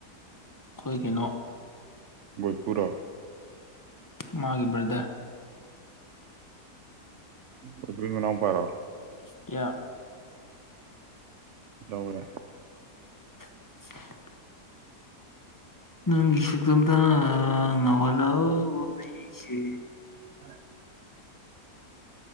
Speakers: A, on the left; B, on the right.
A: ꯈꯣꯏ ꯀꯩꯅꯣ
B: ꯕꯣꯏꯄꯨꯔꯣ
A: ꯃꯥꯒꯤ ꯕꯔꯗꯔ
B: ꯕꯣꯏꯄꯨꯏ ꯃꯅꯥꯎꯄꯥꯔꯣ
A: ꯌꯥ
B: ꯂꯧꯔꯦ꯫
A: <inaudible> ꯅꯪꯒꯤ ꯁꯨꯛꯇꯝꯇ ꯉꯥꯎꯍꯠꯂꯕ ꯑꯩꯁꯦ꯫
B: <unintelligible>